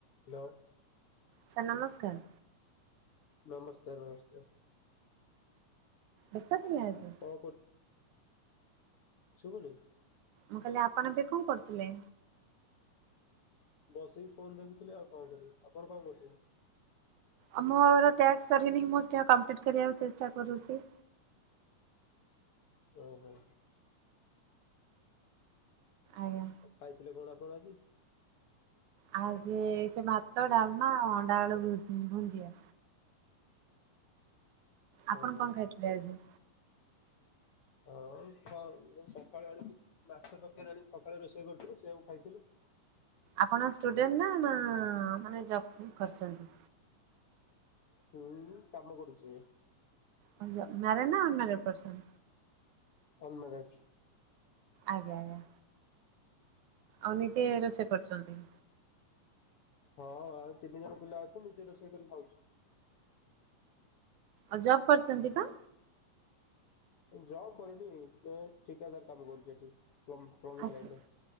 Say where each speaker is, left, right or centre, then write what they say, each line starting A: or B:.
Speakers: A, on the left; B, on the right.
A: Hello.
B: Sir ନମସ୍କାର।
A: ନମସ୍କାର ନମସ୍କାର।
B: ବ୍ୟସ୍ତ ଅଛନ୍ତି ଆଜି?
A: କଣ କରୁଛୁ? ଶୁବୁନି?
B: ମୁଁ କହିଲି ଆପଣ ଏବେ କଣ କରୁଥିଲେ?
A: ବସିକି ଫୋନ ଦେଖୁଥିଲେି ଆଉ କଣ କରିବି ଆପଣ କଣ କରୁଛନ୍ତି?
B: ଆଉ ମୋର ଟ୍ୟାକ୍ସ ସରିନିଁ ମୁଁ ଟ କମ୍ପ୍ଲିଟ୍ କରିବାକୁ ଚେଷ୍ଟା କରୁଛି।
A: ଓହୋ।
B: ଆଜ୍ଞା।
A: ଖାଇଥିଲେ କଣ ଆପଣ ଆଜି?
B: ଆଉ ସେ ସେ ଭାତ, ଡାଲମା, ଅଣ୍ଡା ଆଳୁ ଭୁ ଭୁନଜିଆ। ଆପଣ
A: ଓହୋ
B: କଣ ଖାଇଥିଲେ ଆଜି?
A: ହଁ ସ ସକାଳେ ଆଣି ମାଛ ତକାରି ଆଣିକି ସକାଳେ ରୋଷେଇ କରୁଥିଲୁ ସେଆକୁ ଖାଇଥିଲି।
B: ଆପଣ ଷ୍ଟୁଡେଣ୍ଟ ନା ନା ମାନେ ଜବ୍ କରିଛନ୍ତି?
A: ଉଁ ମୁଁ କାମ କରୁଛି।
B: ହଜ ମ୍ୟାରେଡ଼ ନା ଅନମ୍ୟାରିଡ଼ ପର୍ସନ୍?
A: Unmarried.
B: ଆଜ୍ଞା ଆଜ୍ଞା। ଆଉ ନିଜେ ରୋଷେଇ କରୁଛନ୍ତି?
A: ହଁ ଆଉ ତିନି ଜଣ ପିଲା ଅଛୁ ନିଜେ ରୋଷେଇ କରିକି ଖାଉଛୁ।
B: ଆଉ ଜବ୍ କରିଛନ୍ତି ବା?
A: ଜବ୍ କରିନି ଏ ଠିକାଦାର କାମ କରୁଛ ଏଠି <unintelligible>
B: ଆଚ୍ଛା
A: ଲାଇନରେ।